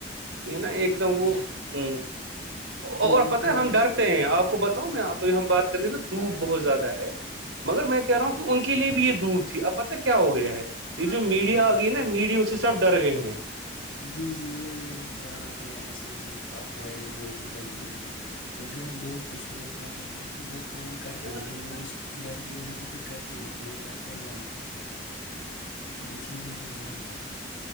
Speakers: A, on the right (about 85°); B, on the left (about 85°).
A: یہ نا
B: جی
A: ایک
B: جی
A: دم وہ
B: یہی
A: ہ اور
B: یہی
A: پتہ
B: کارن
A: ہے ہم ڈرتے ہیں آپ کو بتاؤں میں اب ہم بات کرتے نا دھوپ بہت زیادہ ہے مگر میں کہہ رہا ہوں کہ ان کی کے لیے بھی یہ دوور تھی اب پت کیا ہو گیا ہے یہ جو میڈیا
B: ہوں
A: آ گئی ہے نا میڈی سے سب ڈر گئے ہیں
B: جی جی یہ یہ پھیلاتے ہیں ایسی ایسی آف وہ ہوگا یہ ہوگا ف لوگ کچھ لوگ کیا کرتے ہیں کہ کہ وہ کام کرتے
A: ہیں
B: لیکن وہ اس ڈر کی وجہ سے پھر کرتے ہی نہیں وہ بیٹھ تھ گھر میں یہ چیزیں تو ہو رہی ہے